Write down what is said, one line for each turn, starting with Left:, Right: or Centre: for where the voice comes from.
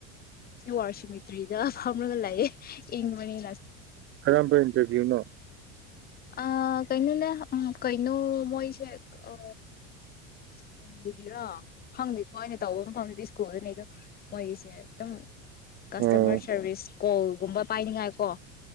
Left: ꯁꯤ ꯋꯥꯔ ꯁꯤꯃꯤꯇ꯭ꯔꯤ ꯐꯝꯕꯒ ꯂꯩꯦ ꯏꯪ ꯃꯅꯤ
Right: ꯀꯔꯝꯕ ꯏꯟꯇꯔꯚꯤꯌꯨꯅꯣ
Left: ꯑ ꯀꯩꯅꯅꯅꯦ ꯀꯥꯏꯅ ꯃꯣꯏꯁ ꯑ ꯁ꯭ꯀꯨꯜꯗꯨꯗꯤꯔꯣ ꯐꯪꯗꯦꯀꯣ ꯑꯩꯅ ꯇꯧꯕ ꯑꯃ ꯐꯪꯗꯗꯤ ꯁ꯭ꯀꯨꯜꯗꯨꯅꯤꯗꯣ ꯃꯣꯏꯁꯦꯇꯝ ꯀꯁꯇꯃꯔ
Right: ꯑꯣ
Left: ꯁꯥꯔꯚꯤꯁ ꯀꯣꯜꯒꯨꯝꯕ ꯄꯥꯏꯅꯤꯉꯥꯏꯀꯣ